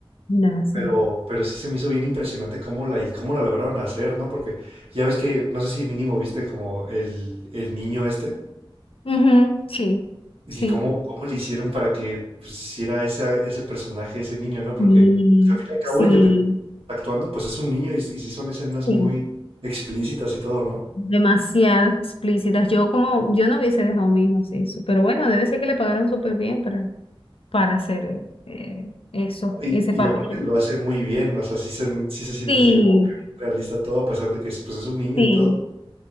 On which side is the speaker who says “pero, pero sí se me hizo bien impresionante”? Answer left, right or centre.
Right